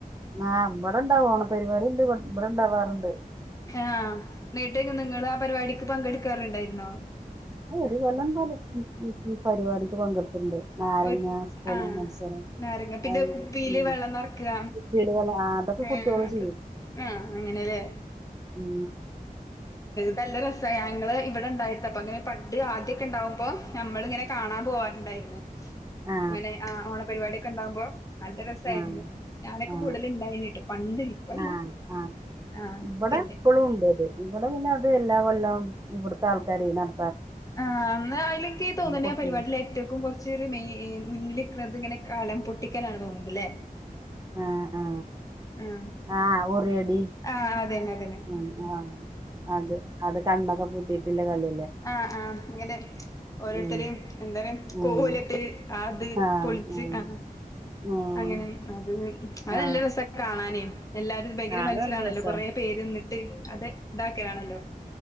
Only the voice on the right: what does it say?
ആ ഇവിടെ ഉണ്ടാവും ഓണ പരിവാാ ഉണ്ട് ഇവിടെ ഉണ്ടാവാറുണ്ട്
ഒരു കൊല്ലം പല പരിപാടിക്ക് പങ്കെടുത്തിുണ്ട് നാരങ്ങ
സ്കൂള
മത്സരം
അത്
ഉ
അതൊക്കെ കുട്ടികള്
ചെയ്യും
ഉ
ആ
ആ
ആ
ആ ആ
ഇവിടെ
എപ്പോളും ഉണ്ട് അത് ഇവിടെ പിന്നെ അത് എല്ലാ കൊല്ലം ഇവിടുത്തെ ആൾക്കാരെ നട
കുട്ടിക
ആ ആ
ആ ഉറി അടി
ഉം ആഹ് അത് അത് കണ്ണോക്കെ പൊത്തിയിട്ടില്ല കളി
ഉം
ഉം
ആ
ഉം
ഉം
ആ
ആ അത്
നല്ല രസാ